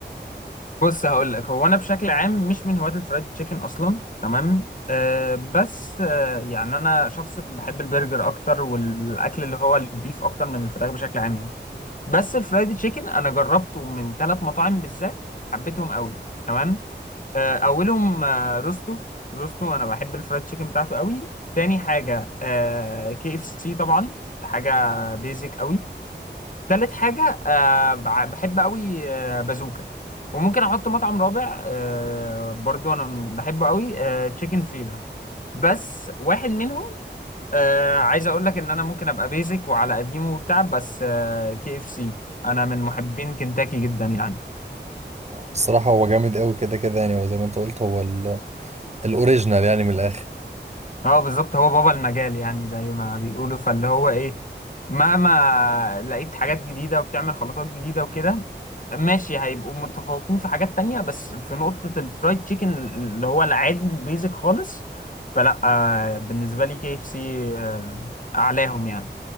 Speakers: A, on the left (about 45°); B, on the right (about 35°).
A: بص هقول لك هو انا بشكل عام مش من هواة الفرايد تشيكن اصلا تمام أه بس أه يعني انا شخص بحب البرجر اكتر والاكل اللي هو البيف اكتر من الفراخ بشكل عام يعني بس الفرايد تشيكن انا جربته من ثلاث مطاعم بالذات حبيتهم قوي تمام آه، اولهم آه، روستو روستو انا بحب الفرايد تشيكن بتاعته قوي تاني حاجه آه، كي اف سي طبعا حاجه بيزك قوي تالت حاجه آه، بع- بحب قوي آه، بازوكا وممكن احط مطعم رابع آه، برضو انا بحبه قوي تشيكن فيلا بس واحد منهم آه عايز اقول لك ان انا ممكن ابقى بيزك وعلى قديمه وبتاع بس آه كي اف سي انا من محبين كنتاكي جدا يعني
B: الصراحه هو جامد قوي كده كده يعني هو زي ما انت قلت هو ال- الاوريجينال يعني من الاخر
A: اه بالظبط هو بابا المجال يعني زي ما بيقولوا فاللي هو ايه مهما لقيت حاجات جديدة وبتعمل خلطات جديدة وكده ماشي هيبقوا متفوقين في حاجات تانية بس في نقطة الفرايد تشيكن اللي هو العادي البيزك خالص فلا آه بالنسبة لي كي اف سي آه، اعلاهم يعني